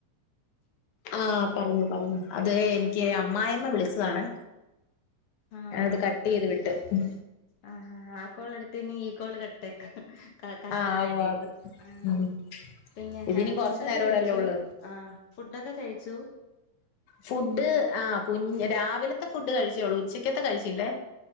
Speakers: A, on the left; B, on the left.
A: ആഹ് പറഞ്ഞോ പറഞ്ഞോ അത് എനിക്ക് അമ്മായമ്മ വിളിച്ചതാണേ.
B: ആഹ്
A: ഞാനത് കട്ട് ചെയ്ത് വിട്ടു. ഉം
B: ആഹ് ഹ് ആ കോൾ എടുത്ത് എനി ഈ കോള് കട്ടാക്ക്. ക കട്ടാവേണ്ടിവരും
A: ആ ആകും ആകും
B: ആഹ്
A: ഉം
B: പിന്നെ
A: ഇതിനി
B: ഹേ
A: കൊറച്ചു
B: ഫുഡൊക്കെ
A: നേരോടല്ലേ
B: കഴിച്ചു
A: ഉള്ളു
B: ആഹ് ഫുഡൊക്കെ കഴിച്ചു.
A: ഫുഡ് ആ കുഞ്ഞ് രാവിലത്തെ ഫുഡ് കഴിച്ചേ ഒള്ളൂ, ഉച്ചക്കത്തെ കഴിച്ചില്ലേ.